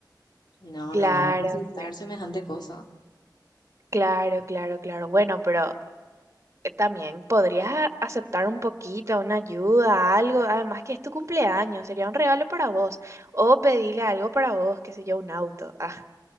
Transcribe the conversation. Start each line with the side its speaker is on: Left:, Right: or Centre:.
Left: no,
Right: Claro,
Left: no vamos a aceptar
Right: claro,
Left: semejante cosa.
Right: claro, claro, claro. Bueno, pero eh, también podrías a- aceptar un poquito, una ayuda, algo. Además que es tu cumpleaños, sería un regalo para vos. O pedirle algo para vos, qué sé yo, un auto. <laughs> Ah.